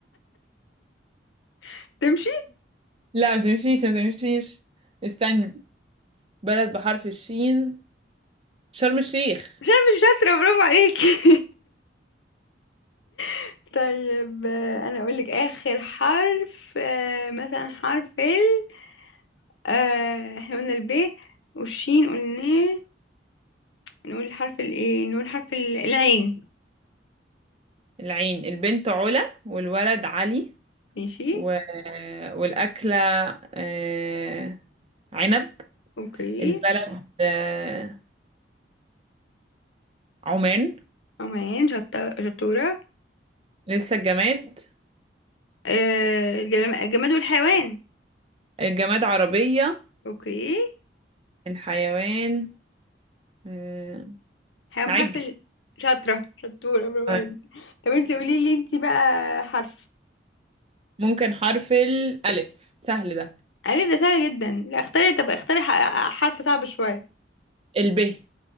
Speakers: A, on the left (about 85°); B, on the right (about 30°).
A: <laughs> تمشي
B: لا ما تمشيش ما تمشيش استني بلد بحرف الشين شرم الشيخ
A: عشان أنا مش شاطرة برافو عليكي <laughs> طيب آه، أنا أقولك آخر حرف آه مثلا حرف ال آه احنا قلنا الب والشين قلناه نقول حرف الايه نقول حرف ال- العين
B: العين البنت علا والولد علي
A: ماشي
B: و... والأكلة آه، عنب
A: اوكي
B: البلد آه، عمان
A: عمان شطة شطورة
B: لسه الجماد
A: آه الجلم- الجماد والحيوان
B: الجماد عربية
A: اوكي
B: الحيوان آه،
A: حيوان
B: عجل
A: بحرف ال شاطرة شطورة برافو
B: آه،
A: عليك طب انتي قولي لي انتي بقى حرف
B: ممكن حرف الألف سهل ده
A: ألف ده سهل جدا لا اختاري طب اختاري ح- حرف صعب شوية
B: الب